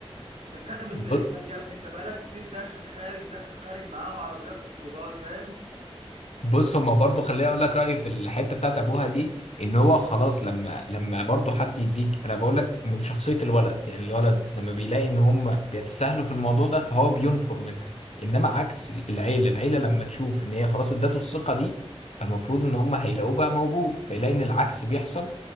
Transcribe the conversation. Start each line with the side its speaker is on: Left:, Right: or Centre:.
Right: ده اتكتبت
Left: بص
Right: باسمك يا ابني انت بقالك كتير داخل خارج داخل خارج معاه وعربيات وخروجات فاهم
Left: بص هما برضو خليني اقول لك رايي في الحته بتاعت ابوها دي ان هو خلاص لما لما برضو حد يديك انا بقول لك من شخصيه الولد يعني الولد لما بيلاقي ان هم بيتساهلوا في الموضوع ده فهو بينفر منها انما عكس العيله العيله لما تشوف ان هي خلاص ادته الثقه دي فالمفروض ان هم هيلاقوه بقى موجود فيلاقي ان العكس بيحصل